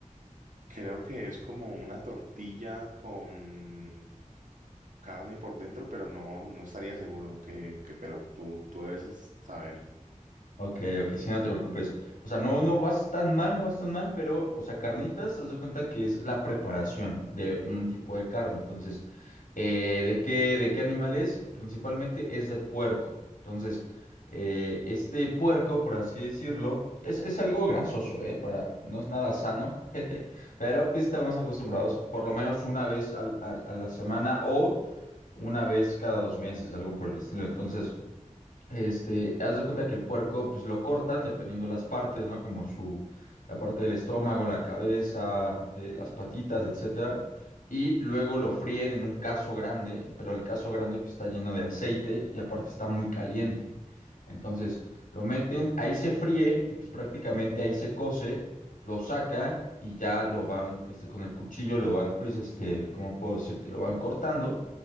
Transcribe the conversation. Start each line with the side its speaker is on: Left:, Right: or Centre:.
Right: Creo que es como una tortilla con carne por dentro, pero no, no estaría seguro que, que- pero tú, tú debes saber.
Left: Ok, ok, sí, no te preocupes. O sea, no, no vas tan mal, no vas tan mal, pero, o sea, carnitas, haz de cuenta que es la preparación de un tipo de carne. Entonces, eh, ¿de qué, de qué animal es? Principalmente es de puerco. Entonces, eh, este puerco, por así decirlo, es, es algo grasoso, ¿eh? Para, no es nada sano, <laughs> jeje, pero pues, estamos acostumbrados por lo menos una vez al- al- a la semana o una vez cada dos meses, algo por el estilo. Entonces... Este, haz de cuenta que el puerco, pues lo cortan dependiendo las partes, ¿no? Como su, la parte del estómago, la cabeza, eh, las patitas, etcétera. Y luego lo fríen en un caso grande, pero el caso grande pues, está lleno de aceite y aparte está muy caliente. Entonces lo meten, ahí se fríe y pues prácticamente ahí se cose, lo sacan y ya lo van, este, con el cuchillo lo van, pues, este, ¿cómo puedo decirte? Lo van cortando,